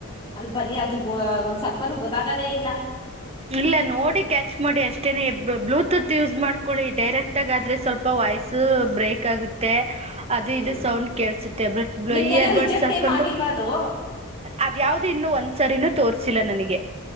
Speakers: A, on the left; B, on the right.
A: ಅಲ್ ಬರಿ ಅದು ಒಂದ್ ಸ್ವಲ್ಪನು ಗೊತ್ತಾಗೋದೇ ಇಲ್ಲ
B: ಇಲ್ಲ ನೋಡಿ ಕ್ಯಾಚ್ ಮಾಡಿ ಅಷ್ಟೇನೆ ಬ್ಲೂಟೂತ್ ಯೂಸ್ ಮಾಡ್ಕೊಳ್ಳಿ ಡೈರೆಕ್ಟ್ ಗಾದ್ರೆ ಸ್ವಲ್ಪ ವಾಯ್ಸ ಬ್ರೇಕ್ ಆಗುತ್ತೆ ಅದು
A: ಹ್ಮ್
B: ಇದು ಸೌಂಡ್ ಕೇಳ್ಸತ್ತೆ ಬ್ಲೋ
A: ನಿಮ್ದೆಲ್ಲಾ
B: ಇಯರ್
A: ರಿಜೆಕ್ಟ್
B: ಬಡ್ಸ್ ಹಾಕೊಂಡು
A: ಏನು ಆಗಿಲ್ವಾ ಅದು
B: ಅದ್ಯಾವ್ದು ಇನ್ನು ಒಂದ್ಸರಿನೂ ತೋರ್ಸಿಲ್ಲ ನನಗೆ